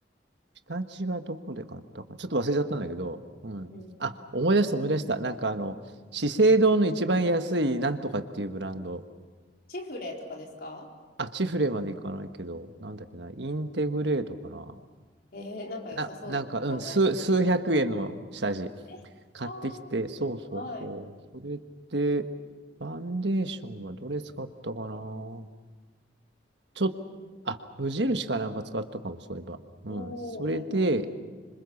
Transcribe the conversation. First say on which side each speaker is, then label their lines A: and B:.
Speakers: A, on the right; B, on the left.
A: 下地はどこで買ったか。ちょっと忘れちゃったんだけど、うん。
B: うん。
A: あ、思い出した思い出した。なんかあの、資生堂の一番安いなんとかっていうブランド。
B: チフレとかですか
A: あ、チフレまで行かないけど、なんだっけな、インテグレートかな。
B: えー、なんか良さそうな名前ですけど。
A: な、なんか、うん、数、数百円の下地
B: え、
A: 買ってきて、
B: あ
A: そうそうそう。
B: あ、はい。
A: それで、ファンデーションはどれ使ったかな。ちょっと、あ、無印かなんか使ったかも、そういえば。うん、
B: おー、
A: それで、
B: はい、はい。